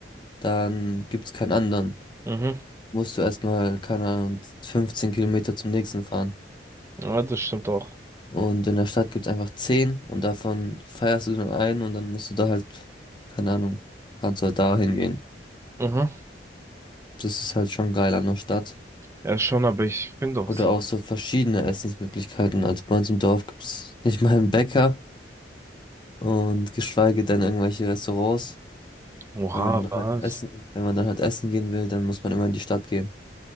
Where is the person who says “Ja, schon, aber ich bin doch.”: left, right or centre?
Right